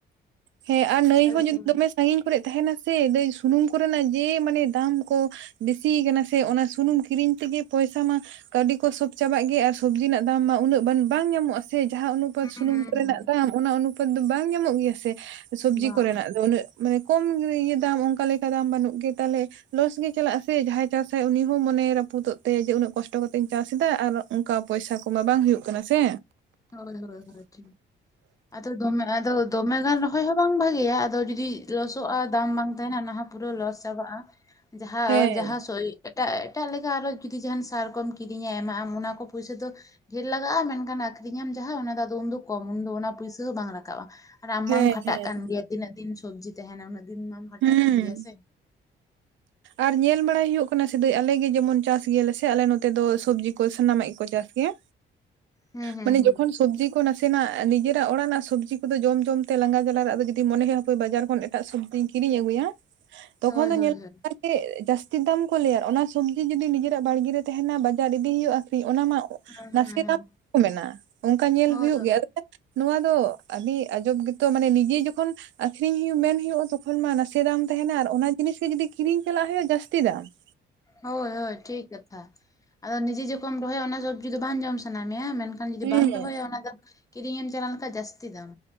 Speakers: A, on the right; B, on the left.
A: ᱦᱮᱸ ᱟᱨ ᱱᱟᱹᱭ
B: ᱥᱟᱞ
A: ᱦᱚᱸ ᱡᱩᱫᱤ
B: ᱫᱚ
A: ᱫᱚᱢᱮ ᱥᱟᱺᱜᱤᱧ ᱠᱚᱨᱮᱫ ᱛᱟᱦᱮᱸᱱᱟ ᱥᱮ ᱫᱟᱹᱭ ᱥᱩᱱᱩᱢ ᱠᱚ ᱨᱮᱱᱟᱜ ᱡᱮ ᱢᱟᱱᱮ ᱫᱟᱢ ᱠᱚ, ᱵᱮᱥᱤᱭ ᱠᱟᱱᱟ ᱥᱮ ᱚᱱᱟ ᱥᱩᱱᱩᱢ ᱠᱤᱨᱤᱧ ᱛᱮᱜᱮ ᱯᱚᱭᱥᱟ ᱢᱟ ᱠᱟᱹᱣᱰᱤ ᱠᱚ ᱥᱚᱵ ᱪᱟᱵᱟᱜ ᱜᱮᱭᱟ ᱟᱨ ᱥᱚᱵᱽᱡᱤ ᱨᱮᱱᱟᱜ ᱫᱟᱢ ᱢᱟ ᱩᱱᱟᱹᱜ ᱵᱟᱹᱱᱩ ᱵᱟᱝ ᱧᱟᱢᱚᱜᱼᱟ ᱥᱮ ᱡᱟᱦᱟᱸ ᱚᱱᱩᱯᱟᱛ
B: ᱦᱩᱸ ᱦᱩᱸ
A: ᱥᱩᱱᱩᱢ ᱠᱚ ᱨᱮᱱᱟᱜ ᱫᱟᱢ ᱚᱱᱟ ᱚᱱᱩᱯᱟᱛ ᱫᱚ ᱵᱟᱝ ᱧᱟᱢᱚᱜ ᱜᱮᱭᱟ ᱥᱮ, ᱥᱚᱵᱽᱡᱤ
B: ᱦᱩᱸ ᱵᱟᱝ
A: ᱠᱚ ᱨᱮᱱᱟᱜ ᱫᱚ ᱩᱱᱟᱹᱜ ᱢᱟᱱᱮ ᱠᱚᱢ ᱤᱭᱟᱹ ᱫᱟᱢ ᱚᱝᱠᱟ ᱞᱮᱠᱟ ᱫᱟᱢ ᱵᱟᱹᱱᱩᱜ ᱜᱮ ᱛᱟᱦᱚᱞᱮ ᱞᱚᱥ ᱜᱮ ᱪᱟᱞᱟᱜ ᱟ ᱥᱮᱮ ᱡᱟᱦᱟᱸᱭ ᱪᱟᱥᱟᱭ ᱩᱱᱤᱦᱚᱸ ᱢᱟᱱᱮ ᱨᱟᱹᱯᱩᱫᱚᱜ ᱛᱟᱭᱟ ᱡᱮ ᱩᱱᱟᱹᱜ ᱠᱚᱥᱴᱚ ᱠᱟᱛᱮᱧ ᱪᱟᱥ ᱮᱟ ᱟᱨ ᱚᱝᱠᱟ ᱯᱚᱭᱥᱟ ᱠᱚᱢᱟ ᱵᱟᱝ ᱦᱩᱭᱩᱜ ᱠᱟᱱᱟ ᱥᱮ
B: ᱦᱳᱭ ᱦᱳᱭᱭ ᱴᱷᱤ ᱟᱫᱚ ᱫᱚᱢᱮ ᱟᱫᱚ ᱫᱚᱢᱮ ᱜᱟᱱ ᱨᱚᱦᱚᱭ ᱦᱚᱸ ᱵᱟᱝ ᱵᱷᱟᱜᱮᱭᱟ ᱟᱫᱚ ᱡᱩᱫᱤ ᱞᱚᱥᱚᱜᱼᱟ ᱫᱟᱢ ᱵᱟᱝ ᱛᱟᱦᱮᱱᱟ ᱚᱱᱟ ᱦᱚᱸᱚᱸ ᱯᱩᱨᱟᱹ ᱞᱚᱥ ᱪᱟᱵᱟᱜᱼᱟ ᱡᱟᱦᱟᱸ
A: ᱦᱮᱸ
B: ᱡᱟᱦᱟᱸ ᱥᱚᱭ ᱮᱴᱟᱜ ᱮᱴᱟᱜ ᱞᱮᱠᱟ ᱟᱨᱚ ᱡᱩᱫᱤ ᱡᱟᱦᱟᱱ ᱥᱟᱨᱠᱢ ᱠᱤᱨᱤᱧᱟ ᱮᱢᱟᱜ ᱟᱢ ᱚᱱᱟ ᱠᱚ ᱯᱩᱭᱥᱟᱹ ᱫᱚ ᱡᱮᱞ ᱞᱟᱜᱟᱜᱼᱟ ᱢᱮᱱᱠᱷᱟᱱ ᱟᱹᱠᱷᱨᱤᱧᱟᱢ ᱡᱟᱦᱟᱸ ᱚᱱᱟ ᱫᱚ ᱟᱫᱚ ᱩᱱᱫᱚ ᱠᱚᱢ ᱩᱱᱫᱚ ᱚᱱᱟ ᱯᱩᱭᱥᱟᱹ ᱦᱚᱸ ᱵᱟᱝ ᱨᱟᱠᱟᱵᱼᱟ ᱟᱨ ᱟᱢ
A: ᱦᱮᱸ
B: ᱢᱟᱢ ᱠᱷᱟᱴᱟᱜ
A: ᱦᱮᱸ
B: ᱠᱟᱱ ᱜᱮᱭᱟ ᱛᱤᱱᱟᱹᱜ ᱫᱤᱱ ᱥᱚᱵᱡᱤ ᱛᱟᱦᱮᱱᱟ ᱩᱱᱟᱹᱜ ᱫᱤᱱ ᱢᱟᱢ ᱠᱷᱴᱟᱜ
A: ᱦᱩᱸ
B: ᱠᱟᱱ ᱜᱮᱭᱟ ᱥᱮ
A: ᱟᱨ ᱧᱮᱞ ᱵᱟᱲᱟᱭ ᱦᱩᱭᱩᱜ ᱠᱟᱱᱟ ᱥᱟᱭ ᱟᱞᱮ ᱡᱮᱢᱚᱱ ᱪᱟᱥ ᱜᱮᱭᱟᱞᱮ ᱟᱞᱮ ᱱᱚᱛᱮ ᱫᱚ ᱥᱚᱵᱡᱤ ᱠᱚ ᱥᱟᱱᱟᱢᱟᱜ ᱜᱮᱠᱚ ᱪᱟᱥ ᱜᱮᱭᱟ
B: ᱦᱩᱸ ᱦᱩᱸ
A: ᱢᱟᱱᱮ
B: ᱦᱩᱸ
A: ᱡᱚᱠᱷᱚᱱ ᱥᱚᱵᱽᱡᱤ ᱱᱟᱥᱮᱱᱟᱜ ᱱᱤᱡᱮᱨᱟᱜ ᱚᱲᱟᱜ ᱨᱮᱱᱟᱜ ᱥᱚᱵᱽᱡᱤ ᱠᱚᱫᱚ ᱡᱚᱢ ᱡᱚᱢ ᱛᱮ ᱞᱟᱸᱜᱟ ᱡᱟᱞᱟᱟᱜ ᱡᱫᱤ ᱢᱚᱱᱮᱭᱟᱭ ᱵᱟᱡᱟᱨ ᱠᱷᱚᱱ ᱮᱴᱟᱜ ᱥᱚᱵᱽᱡᱤᱧ ᱠᱤᱨᱤᱧ ᱟᱹᱜᱩᱭᱟ ᱛᱚᱠᱷᱚᱱ
B: ᱦᱳᱭ
A: ᱫᱚ
B: ᱦᱳᱭ
A: ᱧᱮᱞ
B: ᱦᱳᱭ ᱦᱮᱸ
A: ᱡᱟᱹᱥᱛᱤ ᱫᱟᱢ ᱠᱚ ᱞᱟᱹᱭᱟ ᱟᱨ ᱚᱱᱟ ᱥᱚᱵᱽᱡᱤ ᱡᱩᱫᱤ ᱱᱤᱡᱮᱨᱟᱜ ᱵᱟᱲᱜᱮ ᱨᱮ ᱛᱟᱦᱮᱱᱟ ᱵᱟᱡᱟᱨ ᱤᱫᱤ ᱦᱩᱭᱩᱜᱼᱟ ᱟᱹᱷᱨᱤᱤᱧ ᱚᱱᱟ ᱢᱟ
B: ᱦᱮᱸ ᱦᱮᱸ
A: <unintelligible> ᱠᱚ ᱢᱮᱱᱟ ᱚᱱᱠᱟ ᱧᱮᱞ
B: ᱦᱳᱭ
A: ᱦᱩᱭᱩᱜ
B: ᱦᱳᱭ
A: ᱜᱮᱭᱟ ᱱᱚᱣᱟ ᱫᱚ ᱟᱹᱰᱤ ᱟᱸᱡᱚᱢ ᱜᱮᱛᱚ ᱢᱟᱱᱮ ᱱᱤᱡᱮ ᱡᱚᱠᱷᱚᱱ ᱟᱠᱷᱨᱤᱧ ᱦᱩᱭᱩᱜ ᱢᱮᱱ ᱦᱳᱭᱳᱜᱼᱟ ᱛᱚᱠᱷᱚᱱ ᱢᱟ ᱱᱟᱥᱮ ᱫᱟᱢ ᱛᱟᱦᱮᱱᱟ ᱟᱨ ᱚᱱᱟ ᱡᱤᱱᱤᱥ ᱜᱮ ᱡᱩᱫᱤ ᱠᱤᱨᱤᱧ ᱪᱟᱞᱟᱜ ᱦᱳᱭᱜ ᱡᱟᱹᱥᱛᱤ ᱫᱟᱢ
B: ᱦᱳᱭ ᱦᱳᱭ ᱴᱷᱤᱠ ᱠᱟᱛᱷᱟ ᱟᱫᱚ ᱱᱤᱡᱮ ᱡᱚᱚᱠᱚᱢ ᱨᱚᱦᱚᱭ ᱚᱱᱟ ᱥᱚᱵᱽᱡᱤ ᱫᱚ ᱵᱟᱝ ᱡᱚᱢ ᱥᱟᱱᱟᱭ ᱢᱮᱭᱟ ᱢᱮᱱᱠᱷᱟᱱ ᱟᱢ ᱡᱩᱫᱤ
A: ᱦᱮᱸ
B: ᱵᱟᱢ ᱨᱚᱦᱚᱭᱟ ᱚᱱᱟ ᱫᱚ ᱠᱤᱨᱤᱧᱮ ᱮᱢ ᱪᱟᱞᱟᱣ ᱞᱮᱱᱠᱷᱟᱱ ᱡᱟᱹᱥᱛᱤ ᱫᱟᱢ